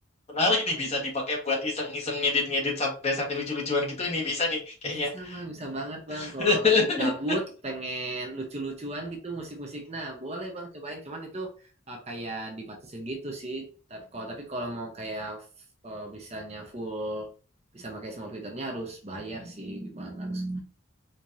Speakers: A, on the left; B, on the right.
A: menarik nih bisa dipakai buat iseng-iseng ngedit-ngedit santai-santai lucu-lucuan gitu nih bisa nih kayaknya.
B: Bisa bang, bisa banget
A: <laughs>
B: bang. Kalau lagi gabut, pengen lucu-lucuan gitu musik-musik. Nah, boleh bang cobain. Cuman itu eh, kayak dibatasin gitu sih. Tapi kalau tapi kalau mau kayak f- eh, bisanya full, bisa pakai semua fiturnya harus bayar sih, bang. Harus.